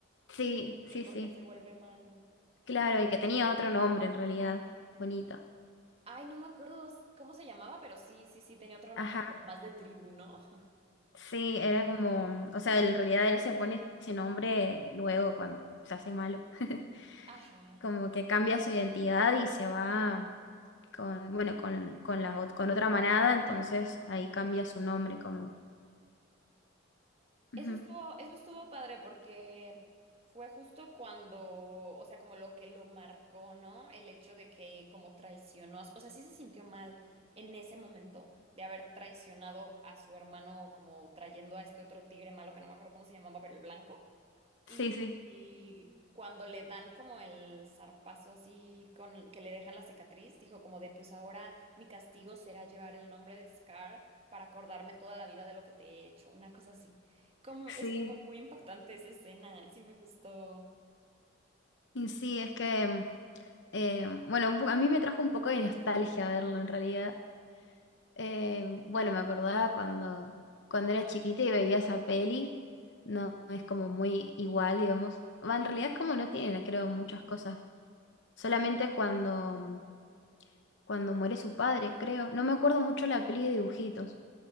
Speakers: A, on the left; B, on the right.
A: sí,
B: y
A: sí,
B: el por
A: sí,
B: qué se vuelve malo.
A: claro, y que tenía otro nombre en realidad, bonito.
B: Ay, no me acuerdo s- cómo se llamaba, pero sí, sí, sí, tenía otro nombre,
A: Ajá,
B: como más de tribuno. <laughs>
A: sí, era como, o sea, en realidad él se pone ese nombre luego cuando se hace malo, <laughs>
B: Ajá.
A: como que cambia su identidad y se va con, bueno, con, con la, ot- con otra manada, entonces ahí cambia su nombre como... Ujú.
B: Eso estuvo, eso estuvo padre porque fue justo cuando, o sea, como lo que lo marcó, ¿no? El hecho de que como traicionó, a su- o sea, sí se sintió mal en ese momento de haber traicionado a su hermano como trayendo a este otro tigre malo que no me acuerdo cómo se llamaba, pero el blanco. Y,
A: Sí, sí,
B: y cuando le dan como el zarpazo así con que le dejan la cicatriz, dijo como de pues ahora mi castigo será llevar el nombre de Scar para acordarme toda la vida de lo que te he hecho, una cosa así. Como
A: sí.
B: estuvo muy impactante esa escena, sí me gustó.
A: Y sí, es que, mm, eh, bueno, un po- a mí me trajo un poco de nostalgia verlo en realidad. Eh, bueno, me acordaba cuando, cuando era chiquita y veía esa peli, no no es como muy igual, digamos. Va, en realidad es como no tienen, creo, muchas cosas. Solamente cuando, mm, cuando muere su padre, creo. No me acuerdo mucho la peli de dibujitos.